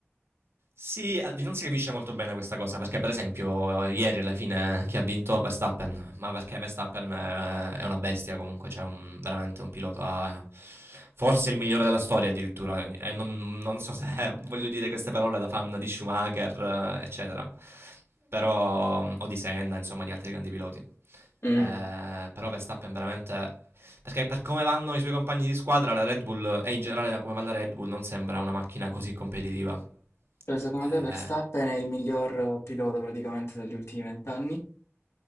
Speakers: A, on the right; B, on the left.
A: Sì, al- non si capisce molto bene questa cosa, perché per esempio ieri alla fine chi ha vinto Verstappen, ma perché Verstappen eh, è una bestia comunque, cioè un- veramente un pilota, eh, forse il migliore della storia addirittura, e non, non so se <laughs> voglio dire queste parole da fan di Schumacher, eh, eccetera, però mm, o di Senna, insomma di altri grandi piloti. Eh,
B: Mm.
A: però Verstappen veramente... Perché per come vanno i suoi compagni di squadra, la Red Bull e in generale da come va la Red Bull non sembra una macchina così competitiva.
B: Cioè, secondo
A: Eh,
B: te Verstappen è il miglior pilota praticamente degli ultimi vent'anni?